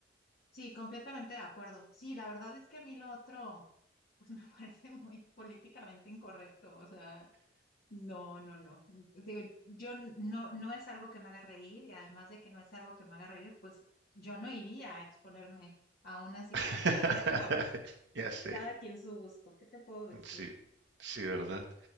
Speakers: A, on the left; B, on the right.
A: Sí, completamente de acuerdo. Sí, la verdad es que a mí lo otro, pues me <laughs> parece muy políticamente incorrecto. O sea, no, no, no. Digo, yo n- no, no es algo que me haga reír y además de que no es algo que me haga reír, pues yo no iría a exponerme a una situación
B: <laughs>
A: así, pero
B: Ya sé,
A: cada quien su gusto. ¿Qué te puedo decir?
B: sí, sí, ¿verdad?